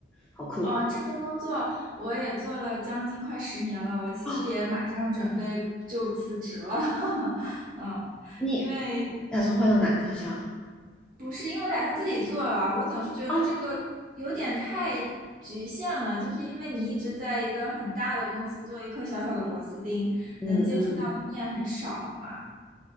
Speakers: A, in the centre; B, on the right (about 45°).
A: 好酷
B: 哦，这份工作我也做了将近快十年了，我其实也马上准备就辞职了，
A: 啊！
B: <laughs> 嗯。
A: 你
B: 因为
A: 打算换到哪个方向啊？
B: 不是，因为我打算自己做了，我总是觉得这个有点太局限了，
A: 啊
B: 就是因为你一直在一个很大的公司做一颗小小的螺丝钉，
A: 嗯嗯嗯，
B: 能接触到的面很少嘛，